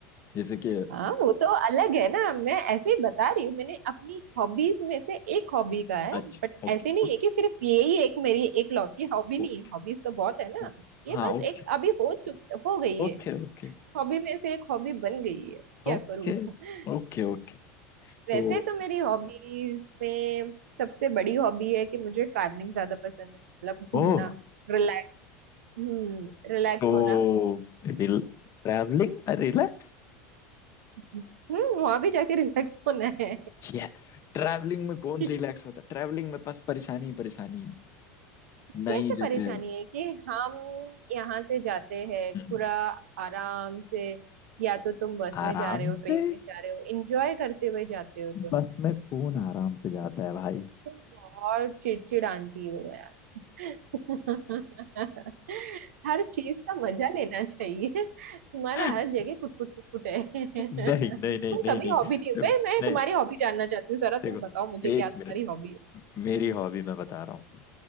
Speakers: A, on the left; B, on the right.
A: जैसे कि
B: हाँ वो तो अलग है ना मैं ऐसे ही बता रही हूँ मैंने अपनी हॉबीज में से एक हॉबी का है
A: अच्छा ओके
B: ऐसे नहीं
A: ओके
B: है कि सिर्फ यही एक मेरी एकलौती हॉबी नहीं
A: ओके
B: है हॉबीज तो बहुत है ना
A: ओके
B: ये
A: हाँ
B: बस
A: okay
B: एक अभी हो चुक हो गई है
A: okay okay
B: हॉबी में से एक हॉबी बन गई है क्या
A: okay
B: करूं <laughs>
A: okay okay तो
B: वैसे तो मेरी हॉबीज में सबसे बड़ी हॉबी है कि मुझे ट्रैवलिंग ज्यादा पसंद है मतलब घूमना
A: ओह
B: रिलैक्स हम्म रिलैक्स
A: तो
B: होना
A: ट्रैवलिंग रिलैक्स
B: हम्म वहां भी जाके रिलैक्स होना है
A: क्या ट्रैवलिंग में कौन
B: <laughs>
A: रिलैक्स होता है ट्रैवलिंग में बस परेशानी ही परेशानी नई
B: कैसे
A: जगह
B: परेशानी
A: है।
B: है कि हम यहाँ से जाते हैं
A: हम्म,
B: पूरा आराम से या तो तुम बस
A: आराम
B: में जा रहे हो ट्रेन
A: से
B: में जा रहे हो एंजॉय करते हुए जाते हो तुम
A: बस में कौन आराम से जाता है भाई
B: तुम बहुत चिड़चिड़ आंटी हो यार <laughs> हर चीज का मजा लेना चाहिए तुम्हारा
A: <laughs>
B: हर जगह कुट कुट कुट कुट है
A: नहीं
B: <laughs>
A: नहीं नहीं
B: तुम
A: नहीं
B: कभी
A: नहीं
B: हॉबी
A: देखो
B: नहीं मैं मैं
A: नहीं
B: तुम्हारी हॉबी जानना चाहती हूँ जरा तुम
A: देखो
B: बताओ मुझे
A: एक
B: क्या तुम्हारी
A: मिनट
B: हॉबी
A: मेरी हॉबी मैं बता रहा हूँ